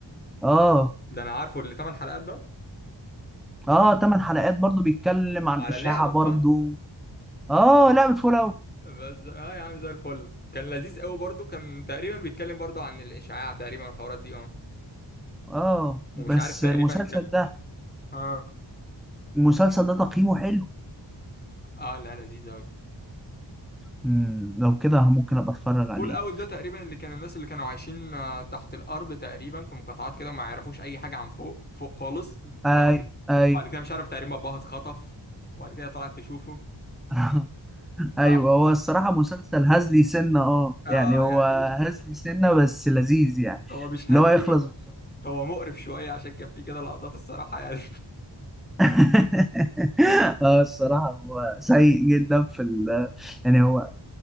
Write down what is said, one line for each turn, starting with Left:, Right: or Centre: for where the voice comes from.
Centre: اه
Left: ده انا عارفه اللي 8 حلقات ده
Centre: اه تمن حلقات برضو بيتكلم عن
Left: على
Centre: اشاعه
Left: اللعبة
Centre: برضو
Left: صح
Centre: اه لعبه فول اوت
Left: بس اه يا عم زي الفل كان لذيذ قوي برضو كان تقريبا بيتكلم برضو عن الاشعاع تقريبا والحوارات دي اه
Centre: اه بس
Left: ومش عارف تقريبا
Centre: المسلسل
Left: كان
Centre: ده
Left: اه
Centre: المسلسل ده تقييمه حلو
Left: اه لا لذيذ قوي
Centre: مم، لو كده ممكن ابقى اتفرج
Left: فول
Centre: عليه
Left: اوت ده تقريبا اللي كان الناس اللي كانوا عايشين آه، تحت الارض تقريبا في مقاطعات كده وما يعرفوش اي حاجه عن فوق فوق خالص
Centre: ايوه
Left: وبعد كده
Centre: ايوه
Left: وبعد كده مش عارف تقريبا باباها اتخطف وبعد كده طلعت تشوفه
Centre: <laughs>
Left: صح
Centre: ايوه هو الصراحه مسلسل هزلي سنه اه
Left: اه
Centre: يعني هو
Left: يعني
Centre: هزلي سنه بس لذيذ يعني
Left: هو مش هزلي
Centre: اللي هو يخلص بسرعه
Left: هو مقرف شويه عشان كان في كده لقطات الصراحه يعني
Centre: <laughs> اه الصراحه هو سيء جدا في ال يعني هو